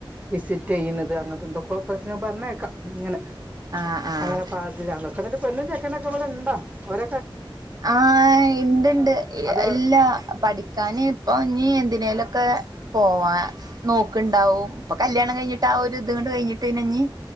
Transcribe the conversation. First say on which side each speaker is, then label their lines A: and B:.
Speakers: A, on the right (about 15°); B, on the right (about 45°).
A: വിസിറ്റ് ചെയ്യണുന്നത് അങ്ങനത്തെ എന്തൊക്കെ പ്രശ്നം പറഞ്ഞേക്കാം ഇങ്ങനെ
B: ആഹ് ആഹ്
A: അങ്ങനെ പാില്ലക്ക എന്നിട്ട് പെണ്ും ചെക്കനൊക്കെ പോലെ ഉന്തോ ഓര
B: ആഹ ഇണ്ട്ണ്ട്
A: അതാ
B: ഇല്ല പഠിക്കാന് അപ്പോൾ ഇനിനി എന്തിനേലൊക്കെ പോവാൻ നോക്കുണ്ടാവും ഇപ്പൾ കല്ല്യാണം കഴിഞ്ഞിട്ട് ആ ഒരു അതുകൊണ്ട് കഴിഞ്ഞിട്ട്ഞ്ഞഞ്